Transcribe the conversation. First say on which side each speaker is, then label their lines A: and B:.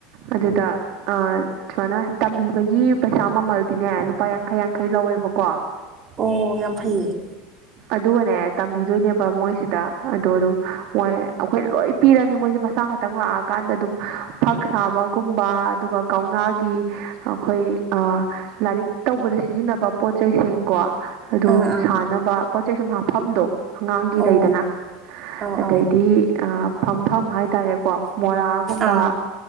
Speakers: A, on the right; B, on the right.
A: ꯑꯗꯨꯗ ꯑ ꯁꯨꯃꯥꯏꯅ ꯇꯝꯕꯤꯕꯒꯤ ꯄꯩꯁꯥ ꯃꯃꯜꯗꯤꯅꯦ ꯂꯨꯄꯥ ꯌꯥꯡꯈꯩ ꯌꯥꯡꯈꯩ ꯂꯧꯋꯦꯕꯀꯣ
B: ꯑꯣ ꯌꯥꯝ ꯐꯩꯌꯦ
A: ꯑꯗꯨꯒꯅꯦ ꯇꯝꯕꯤꯗꯣꯏꯅꯦꯕ ꯃꯣꯏꯁꯤꯗ ꯑꯗꯣ ꯑꯗꯨꯝ ꯃꯣꯏ ꯑꯈꯣꯏꯅ ꯂꯣꯏ ꯄꯤꯔꯅꯤ ꯃꯣꯏꯁꯦ ꯃꯁꯥ ꯈ ꯇꯪ ꯂꯥꯛꯑꯀꯥꯟꯗ ꯗꯨꯝ ꯐꯛ ꯁꯥꯕꯒꯨꯝꯕ ꯑꯗꯨꯒ ꯀꯧꯅꯥꯒꯤ ꯑꯈꯣꯏ ꯑꯥ ꯂꯥꯔꯤꯛ ꯇꯧꯕꯗ ꯁꯤꯖꯤꯟꯅꯕ ꯄꯣꯠ ꯆꯩ ꯁꯤꯡ ꯀꯣ ꯑꯗꯨꯝ
B: ꯑꯥ ꯑꯥ
A: ꯁꯥꯟꯅꯕ ꯄꯣꯠ ꯆꯩꯩ ꯁꯨꯝ ꯍꯥꯞꯐꯝꯗꯣ ꯑꯉꯥꯡꯒꯤ
B: ꯑꯣ
A: ꯂꯩꯗꯅ
B: ꯑꯧ
A: ꯑꯗꯩꯗꯤ
B: ꯑꯧ
A: ꯑꯥ ꯐꯝꯐꯝ ꯍꯥꯏꯇꯥꯔꯦꯀꯣ ꯃꯣꯔꯥꯒꯨꯝꯕ
B: ꯑꯥ